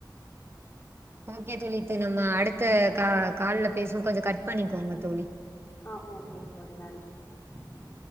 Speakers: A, on the right (about 30°); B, on the left (about 30°).
A: ஓகே தோழி இது நம்ம அடுத்த கா கால்ல பேசுவோ கொஞ்ச கட் பண்ணிக்கோங்க தோழி
B: ஆஹ் ஓகேங்க <unintelligible>